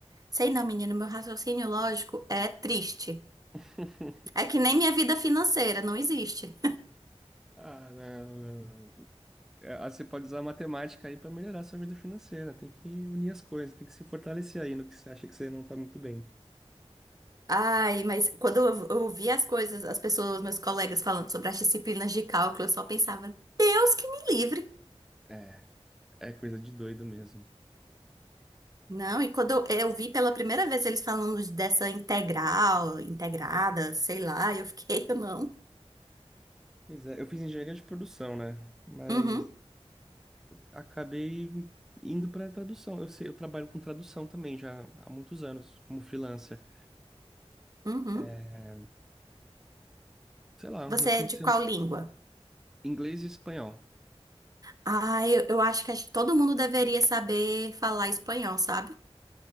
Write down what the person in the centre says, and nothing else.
<laughs>
Ah, não, não, não. É, ah, você pode usar a matemática aí para melhorar a sua vida financeira. Tem que unir as coisas, tem que se fortalecer aí no que você acha que você não tá muito bem.
É, é coisa de doido mesmo.
Pois é, eu fiz engenharia de produção, né? Mas
acabei indo para tradução. Eu sei, eu trabalho com tradução também já há muitos anos, como freelancer.
É, Sei lá,
eu
tento
ser
inglês e espanhol.